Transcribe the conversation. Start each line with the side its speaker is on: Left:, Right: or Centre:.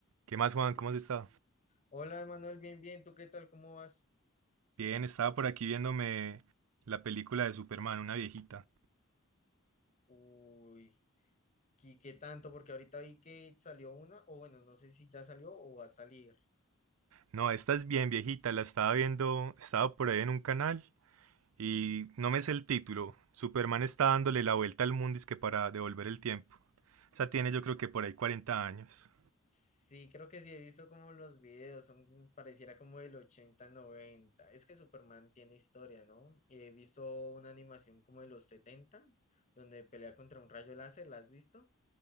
Right: ¿Qué más, Juan? ¿Cómo has estado?
Left: Hola, Emanuel, bien, bien, ¿tú qué tal? ¿Cómo vas?
Right: Bien, estaba por aquí viéndome la película de Superman, una viejita.
Left: Uy, ¿y qué tanto? Porque ahorita vi que salió una, o bueno, no sé si ya salió o va a salir.
Right: No, esta es bien viejita, la estaba viendo, estaba por ahí en un canal y no me sé el título. Superman está dándole la vuelta al mundo es que para devolver el tiempo. O sea, tiene yo creo que por ahí 40 años.
Left: Sí, creo que sí, he visto como los videos, son, pareciera como del ochenta noventa Es que Superman tiene historia, ¿no? He visto una animación como de los 70 donde pelea contra un rayo láser, ¿la has visto?